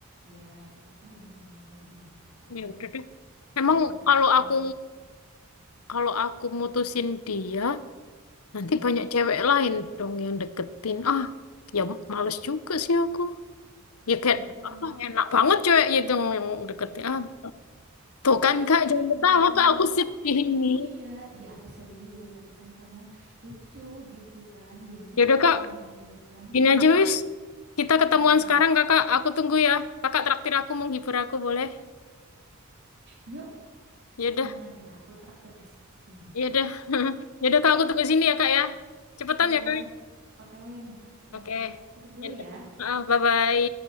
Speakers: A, on the right; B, on the left.
A: Biar apa hubungannya lebih baik gitu.
B: Ya udah deh. Emang
A: Maksud
B: kalau
A: aku.
B: aku kalau aku mutusin dia, nanti
A: Mm-mm.
B: banyak cewek lain dong yang deketin. Ah, ya males juga sih aku. Ya kayak
A: Mm-mm.
B: apa? Enak banget cewek itu yang deketin. Ah, tuh kan kak, jangan ketawa
A: Iya kan,
B: kak. Aku
A: Kak?
B: sedih ini.
A: Iya, iya aku serius, tapi kan kamu lucu gitu kan, gengsi
B: Ya
A: tapi
B: udah kak,
A: pengen gitu kan.
B: gini
A: Heeh,
B: aja wis. Kita ketemuan
A: heeh.
B: sekarang kakak. Aku tunggu ya. Kakak traktir aku, menghibur aku boleh?
A: Yuk,
B: Ya
A: makan-makan
B: udah.
A: kita. Aku traktir es krim nih.
B: Iya udah. <laughs> Ya udah kak aku
A: Yuk,
B: tunggu sini ya kak ya. Cepetan
A: ya
B: ya kak.
A: siap OTW nih, berangkat.
B: Oke.
A: Tutup dulu
B: Ya udah.
A: ya.
B: Maaf, bye-bye.